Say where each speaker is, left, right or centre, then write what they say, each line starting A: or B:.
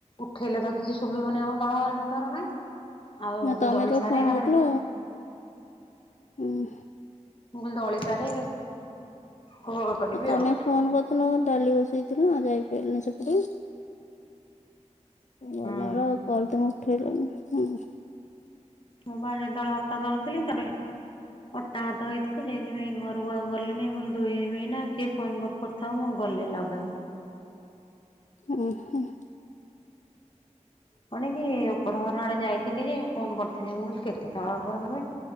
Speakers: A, on the left; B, on the left.
A: ଉଠେଇଲେ ତ କିଛି ଶୁଭିବନି ଆମ ତଳ ଘରେ ନେଟୱର୍କ ନାହିଁ ଆଉ
B: ନା ତମେ
A: ଦଳି
B: ଯେତେବେଳେ
A: ସାରେ
B: ଫୋନ
A: ଏକାଥରକେ
B: କରିଥିଲ ହୁଁ।
A: ମୁଁ କହିଲି ଦଳି ସାରେ କଲ କରିବି
B: ତମେ
A: ଆଉ।
B: ଫୋନ ଡାଲି ବସେଇଥିଲା ଆଉ ଯାଇପାରିଲିନି ସେପଟରୁ। କଲା
A: ହୁଁ
B: ବେଳ ଆଉ କଲ ତମେ ଉଠେଇଲନି, ହୁଁ।
A: ମୁଁ ବା ଯେତେବେଳେ ଅଟା ଦଳୁଥିଲି ତାପରେ, ଅଟା ଅଟା ହାତ ହେଇଥିଲି ସେଇଥିପାଇଁ ଘରକୁ ଆଉ ଗଲେନି ମୁଁ କହିଲି ଧୋଇ ହେବି ଏଇନା, କିଏ ଫୋନ କରି କରିଥାଉ ମୁଁ ଗଲେ ଲଗେଇବି।
B: ହଁ ହ।
A: କଣ କି ଉପରହର ଆଡେ ଯାଇଥିଲି ଯେ ଫୋନ କରିଥିଲି ମୁଁ କହିଲି କେତେ ତଳ ଉପର ହେବେ।